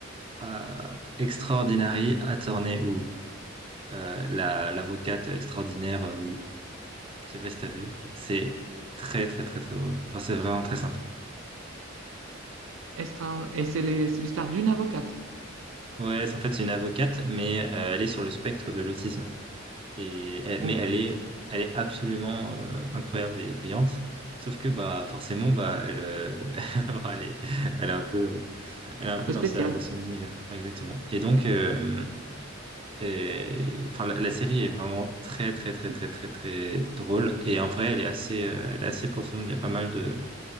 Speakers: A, on the right; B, on the right.
A: euh, Extraordinary Attorney ou euh, la, l'avocate extraordinaire euh, ou je sais pas si t'as vu. C'est très très très très drôle. Enfin, c'est vraiment très sympa.
B: Extra... Et c'est les- c'est l'histoire d'une avocate.
A: Ouais, c'est en fait c'est une avocate, mais euh, elle est sur le spectre de l'autisme. Et, elle-
B: Oh,
A: mais elle est, elle est absolument euh, incroyable et brillante. Sauf que bah forcément bah elle, euh, <laughs> elle est, elle est un peu, elle est un
B: un
A: peu
B: peu spécial.
A: dans sa, dans son univers. Ouais, Exactement. Et donc, euh, et- enfin la, la série est vraiment très très très
B: Si.
A: très très très drôle. Et en vrai, elle est assez, euh, elle est assez profonde. Il y a pas mal de